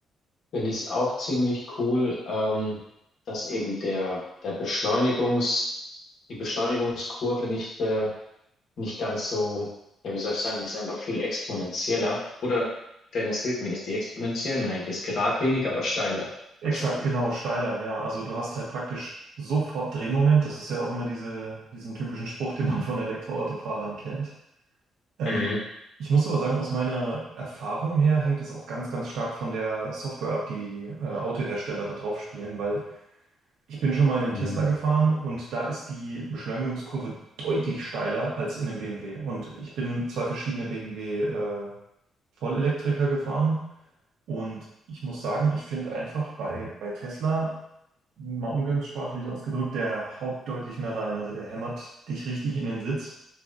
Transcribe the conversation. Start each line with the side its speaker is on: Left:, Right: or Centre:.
Left: Finde ich es auch ziemlich cool, ähm, dass eben der, der Beschleunigungs, die Beschleunigungskurve nicht, äh, nicht ganz so, ja, wie soll ich sagen, die ist einfach viel exponentieller. Oder, Dennis, hilf mir, ist die exponentiell? Nein, die ist geradlinig, aber steiler,
Right: Exakt,
Left: wahrscheinlich.
Right: genau, steiler, ja. Also du hast halt praktisch sofort Drehmoment. Das ist ja auch immer diese, diesen typischen Spruch, den man von Elektroautofahrern kennt. Ähm,
Left: Mhm.
Right: ich muss aber sagen, aus meiner Erfahrung her hängt es auch ganz, ganz stark von der Software ab, die die äh, Autohersteller da drauf spielen, weil ich bin schon mal in einem
Left: Mhm.
Right: Tesla gefahren und da ist die Beschleunigungskurve deutlich steiler als in einem BMW. Und ich bin zwei verschiedene BMW äh, Vollelektriker gefahren und ich muss sagen, ich finde einfach bei, bei Tesla mal umgangssprachlich ausgedrückt, der haut deutlich mehr rein. Also der hämmert dich richtig in den Sitz,